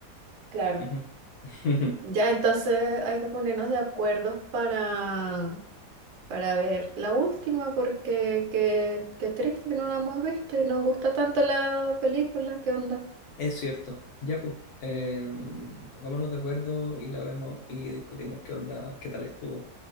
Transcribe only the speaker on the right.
claro.
Ya, entonces hay que ponernos de acuerdo para, para ver la última, porque qué, qué triste que no la hemos visto y nos gusta tanto la película, ¿qué onda?